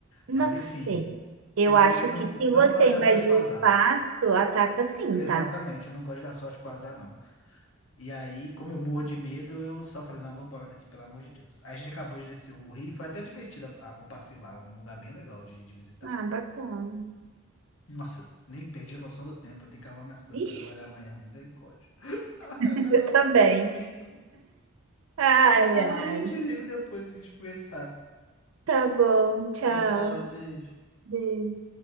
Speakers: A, on the right (about 70°); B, on the left (about 75°).
A: Não
B: Mas enfim.
A: sei. Eu
B: Eu
A: acho
B: também não,
A: que se
B: não
A: você
B: gosto
A: invadir
B: da sorte pro
A: o espaço,
B: azar.
A: ataca sim,
B: Exatamente,
A: tá?
B: eu não gosto da sorte pro azar, não. E aí, como eu morro de medo, eu só falei, não, vamos embora daqui, pelo amor de Deus. Aí a gente acabou de descer o rio, foi até divertido a- a- o passeio lá, é um lugar bem legal de, de visitar.
A: Ah, bacana.
B: Nossa, nem perdi a noção do tempo, eu tenho que arrumar minhas coisas
A: Vixe,
B: pra trabalhar amanhã, misericórdia. <laughs>
A: <laughs>
B: Ai, tá acabando
A: eu também.
B: o domingo.
A: Ai,
B: Ai,
A: ai.
B: eu te ligo depois pra gente conversar.
A: Tá bom, tchau.
B: Tchau, tchau, beijo.
A: Beijo.